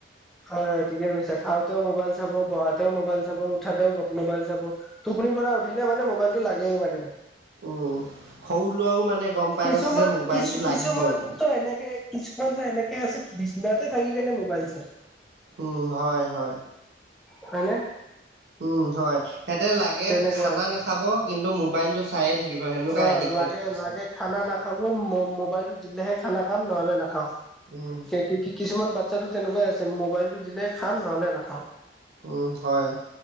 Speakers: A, in the centre; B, on the right.
A: হয় হয় ঠিকে কৈছে খাওঁতেও মোবাইল চাব বহাতেও মোবাইল চাব উঠাতেও মোবাইল চাব টোপনিৰ পৰা উঠিলে মানে মবাইলটো লাগেই মানে
B: উ সৰু লোৱাও মানে গম পাই
A: কিছুমান
B: গৈছে যে মোবাইলটো
A: কিছু
B: লাগিবই
A: কিছুমানতটো
B: বুলি
A: এনেকে কিছুমান টো এনেকে আছে বিছনাতে থাকি কেনে মোবাইল চাই
B: উম হয় হয়
A: হয়নে
B: উম হয় সেতে লাগে
A: তেনেকুৱাই
B: খানা নাখাব কিন্তু মোবাইলটো চ চায়ে থাকিব সেনেকুৱা
A: অ
B: এডিকটেত
A: লাগে
B: হৈছ
A: লাগে খানা নাখাব ম মোবাইলতটো দিলেহে খানা খাম নহলে নাখাওঁ
B: উম
A: কে কি কি কিছুমান বাচ্ছাটো তেনেকুৱাই আছে মোবাইলতো দিলেহে খাম নহলে নাখাও
B: উম হয়